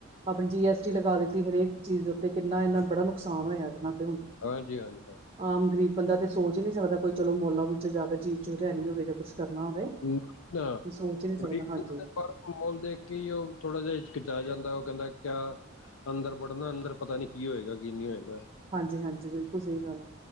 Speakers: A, on the right; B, on the left.
A: ਆਪਣੇ ਜੀ ਐਸ ਟੀ ਲਗਾ ਦਿੱਤੀ, ਹਰੇਕ ਚੀਜ਼ ਉੱਤੇ, ਕਿੰਨਾ ਇਨਾ ਬੜਾ ਨੁਕਸਾਨ ਹੋਇਆ, ਇਹਨਾਂ ਤੇ ਹੁਣ।
B: ਹਾਂਜੀ-ਹਾਂਜੀ, ਹਾਂਜੀ।
A: ਆਮ ਗਰੀਬ ਬੰਦਾ ਤੇ ਸੋਚ ਹੀ ਨਹੀਂ ਸਕਦਾ, ਕੋਈ ਚਲੋ ਮੋਲਾ ਬੁਜਾ ਜਾਵੇ, ਚੀਜ ਲੈਣੀ ਹੋਵੇ ਜਾਂ ਕੁੱਛ ਕਰਨਾ ਹੋਵੇ।
B: ਨਹੀਂ ਨਾ
A: ਉਹ ਸੋਚ ਹੀ ਨੀ ਸਕਦਾ
B: ਗ।
A: ਹਾਂਜੀ
B: ਮੋਲ ਦੇਖ ਕੇ ਹੀ, ਉਹ ਥੋੜਾ ਜਿਹਾ ਹਚਕਿਚਾਇ ਜਾਂਦਾ, ਉਹ ਕਹਿੰਦਾ ਕਿਆ। ਅੰਦਰ ਬੜਨਾ, ਅੰਦਰ ਪਤਾ ਨਹੀਂ, ਕੀ ਹੋਏਗਾ, ਕੀ ਨਹੀਂ ਹੋਏਗਾ।
A: ਹਾਂਜੀ-ਹਾਂਜੀ, ਬਿਲਕੁਲ ਸਹੀ ਗੱਲ ਆ,